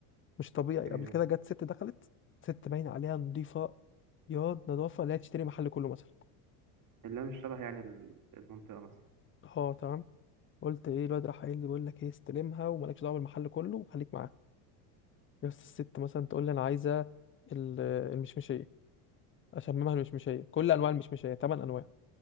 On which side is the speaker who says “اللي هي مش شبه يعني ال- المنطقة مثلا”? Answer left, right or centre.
Right